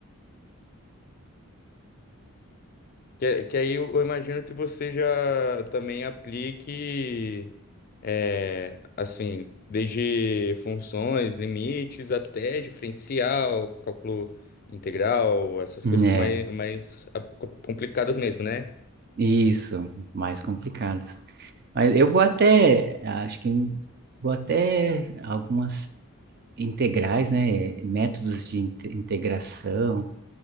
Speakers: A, on the left; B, on the right.
A: Que, que aí eu, eu imagino que você já também aplique, é, assim, desde funções, limites, até diferencial, cálculo integral, essas
B: né.
A: coisas mais, mais ah, co- complicadas mesmo, né?
B: Isso, mais complicados. Mas eu vou até, acho que vou até algumas integrais, né? Métodos de inte- integração,